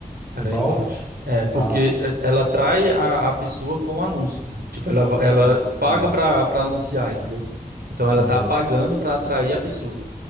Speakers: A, on the right; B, in the centre.
A: Ela
B: Inbound?
A: é inbound. É, porque
B: Ah,
A: é, ela atrai a, a pessoa com o anúncio, né? Tipo, ela, va- ela
B: hum,
A: paga para para anunciar, entendeu? Então ela
B: uhum,
A: tá pagando para atrair a pessoa,